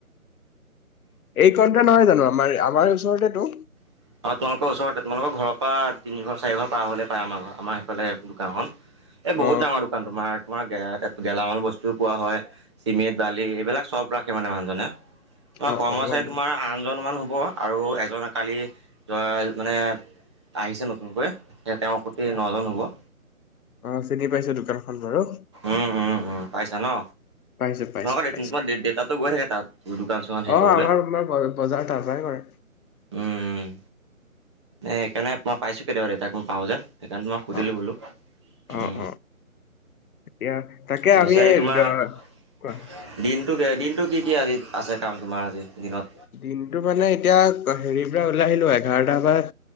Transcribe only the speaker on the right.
অ, তোমালোকৰ ওচৰত তোমালোকৰ ঘৰৰ পৰা তিনি ঘৰ চাৰি ঘৰ পাৰ হলে পায় আমাৰ ঘৰ আমাৰ সেইফালে দোকানখন। এই বহুত
ডাঙৰ দোকান তোমাৰ তোমাৰ গে। গেলামাল বস্তুও পোৱা হয়, চিমেণ্ট বালি এইবিলাক চব ৰাখে মানে মানুহজনে। তোমাৰ
কৰ্মচাৰী
তোমাৰ আনজন মান হ'ব আৰু এজন কালি। মানে আহিছে নতুনকৈ স তেওঁৰ প্ৰতি
নজন হ'ব।
উম উম পাইছা ন,
তোমাৰোকৰ
তোমাৰ দেতাতটো গৈ থাকে তাত। দোকান চোকান
সেই
কৰিবলৈ,
উম উ। সেইকাৰণে মই পাইছো কেতিয়াবাৰে তাক মই পাওঁ যে। সেইকাৰণে তোমাক সুধিলোঁ
বোলো। উ
এই
পিছাৰ তোমাৰ
দিন। দিনটো কি কি, আজি আছে কাম তোমাৰ আজি দিনত।